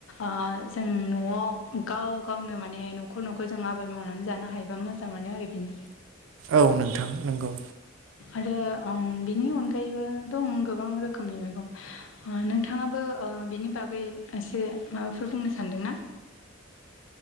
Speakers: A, on the left (about 75°); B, on the right (about 80°).
A: ओ जों न'आव गाव गावनो माने न'खर - न'खर जों आबाद मावनानै जानो हायोबा मोजाङानो आरो बेन
B: औ नोंथां नंगौ।
A: आरो अं बिनि अनगायैबो दं गोबां रोखोमनि मैगं। अ नोंथाङाबो ओ बिनि बागै एसे माबाफोर बुंनो सानदोंना।